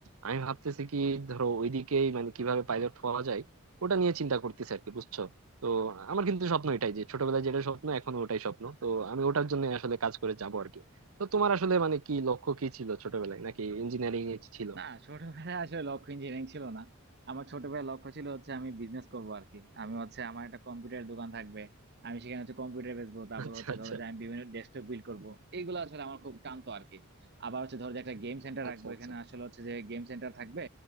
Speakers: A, on the right (about 75°); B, on the right (about 50°).
A: আমি ভাবতেছি কি ধরো ওইদিকেই মানে কিভাবে পাইলট হওয়া যায় ওটা নিয়ে চিন্তা করতেছি আর কি বুঝছো তো আমার কিন্তু স্বপ্ন এটাই যে ছোটবেলায় যেটা স্বপ্ন এখন ওটাই স্বপ্ন তো আমি ওটার জন্য আসলে কাজ করে যাবো আর কি তো তোমার আসলে মানে কি লক্ষ্য কি ছিল ছোটবেলায় নাকি ইঞ্জিনিয়ারিং এ ছিল
B: না ছোটবেলায় আসলে লক্ষ্য ইঞ্জিনিয়ারিং ছিল না আমার ছোটবেলায় লক্ষ্য ছিল হচ্ছে আমি বিজনেস করবো আর কি আমি হচ্ছে আমার একটা কম্পিউটার দোকান থাকবে আমি সেখানে হচ্ছে কম্পিউটার বেচবো তারপর
A: আচ্ছা
B: হচ্ছে
A: আচ্ছা
B: ধরো যে আমি বিভিন্ন ডেস্কটপ বিল্ড করবো এইগুলো আসলে আমার খুব টানতো আর কি আবার হচ্ছে ধরো যে একটা গেম সেন্টার
A: আচ্ছা
B: রাখবো
A: আচ্ছা
B: এখানে আসলে হচ্ছে যে গেম সেন্টার থাকবে